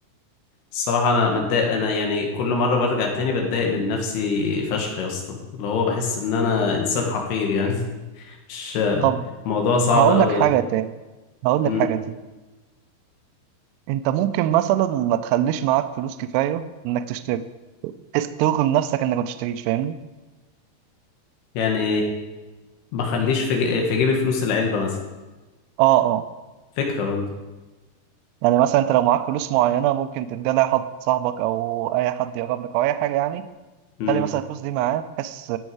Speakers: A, on the left; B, on the right.
A: الصراحة انا متضايق انا يعني كل مرة برجع تاني بتضايق من نفسي فشخ يا اسطى اللي هو بحس ان انا انسان حقير يعني <laughs> مش
B: طب
A: موضوع صعب
B: هقول
A: قوي
B: لك حاجه
A: يعني
B: تاني هقول لك
A: أمم.
B: حاجه تاني انت ممكن مثلا ما تخليش معاك فلوس كفايه انك تشتري بحيث ترغم نفسك انك ما تشتريش فاهمني
A: يعني ما اخليش في جي- في جيبي فلوس العلبة مثلا
B: اه اه
A: فكرة برضه
B: يعني مثلا انت لو معاك فلوس معينه ممكن تديها لاي حد صاحبك او اي حد يقرب لك او اي حاجه يعني
A: أمم.
B: خلي مثلا الفلوس دي معاه بحيث